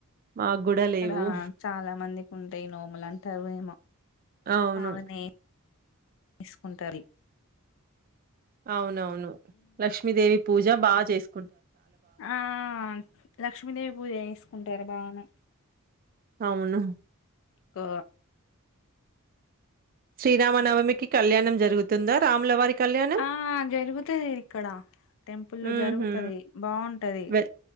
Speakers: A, on the right (about 40°); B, on the left (about 60°).
A: మాకు కూడా
B: ఇక్కడ
A: లేవు
B: చాలా మందికి ఉంటాయి నోములు అన్ తవే
A: అవును.
B: పవునే తీసుకుంటారు
A: అవునవు ను లక్ష్మీదేవి పూజ బా చేసు
B: ఆ లక్ష్మీదేవి పూజ చేసుకుంటారు బానే
A: అవును
B: ఆ
A: శ్రీరామనవమికి కళ్యాణం జరుగుతుందా? రాములవారి కళ్యాణం?
B: ఆ జరుగుతది ఇక్కడ టెంపుల్ల్లో
A: హుహు.
B: జరుగుతది బావుంటది.
A: వెల్